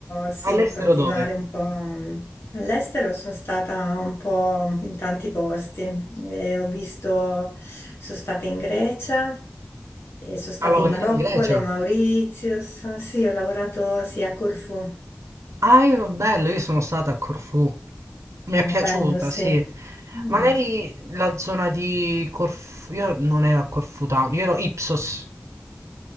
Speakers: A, on the left (about 55°); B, on the right (about 75°).
A: sì,
B: All'estero
A: continuare
B: dove?
A: un po' mh, all'estero. Sono stata un po' in tanti posti. E ho visto, sono stata in Grecia, e sono stata
B: A lavorare
A: in Marocco,
B: in Grecia?
A: le Mauritius. Sì, ho lavorato sì, a Corfù.
B: Ah, io, bello, io sono stata a Corfù. Mi
A: Eh,
B: è piaciuta,
A: bello, sì.
B: sì.
A: Mm.
B: Magari la zona di Corfù. Io non ero a Corfù Town, io ero Ipsos.